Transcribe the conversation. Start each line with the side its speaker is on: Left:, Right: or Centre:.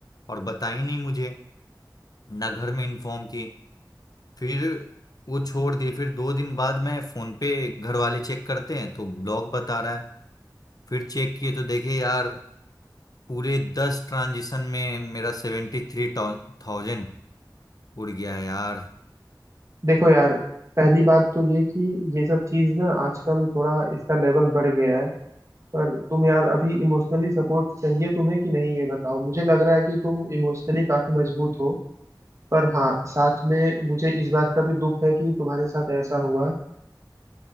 Left: और बताई नहीं मुझे ना घर में इन्फॉर्म की फिर वो छोड़ दिए फिर दो दिन बाद मैं फोन पे घर वाले चेक करते हैं तो ब्लॉग बता रहा है फिर चेक किए तो देखे यार पूरे दस ट्रांजिशन में मेरा सेवेंटी थ्री थाउजेंड उड़ गया है यार
Right: देखो यार पहली बात तो ये कि ये सब चीज ना आजकल थोड़ा इसका लेवल बढ़ गया है पर तुम यार अभी इमोशनली सपोर्ट चाहिए तुम्हें कि नहीं ये बताओ मुझे लग रहा है कि तुम इमोशनली काफी मजबूत हो पर हाँ साथ में मुझे इस बात का भी दुख है कि तुम्हारे साथ ऐसा हुआ